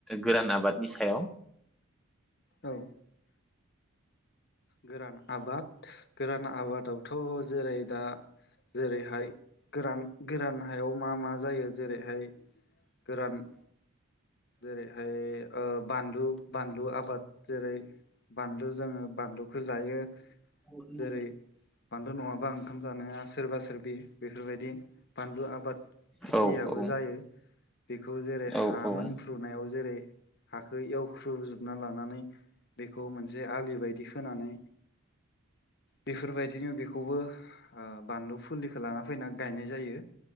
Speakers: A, in the centre; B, on the left.
A: गोरान आबादनि सायाव? <inaudible>
B: औ गोरान आबाद। गोरान आबादाव थ जेरै दा जेरैहाय गोरान गोरान हायाव मा मा जायो जेरैहाय गोरान जेरैहाय ओ बानलु बानलु आबाद जेरै बानलु जोङो बानलुखौ जायो।
A: <inaudible>
B: जेरै बानलु नङाबा ओंखाम जानाया सोरबा सोरबि बेफोरबायदि बानलु आबाद खेथियाबो
A: औ औ
B: जायो । बेखौ जेरै
A: औ
B: हामोन।
A: औ
B: नायाव जेरै हखौ एवख्रुजोबनानै लानानै बेखौ मोनसे आलि बायदि होनोनानै। बेफोरबायदिनो बेखौबो। ओ बानलु फुलिखौ लाना फैनाल गायनाय जायो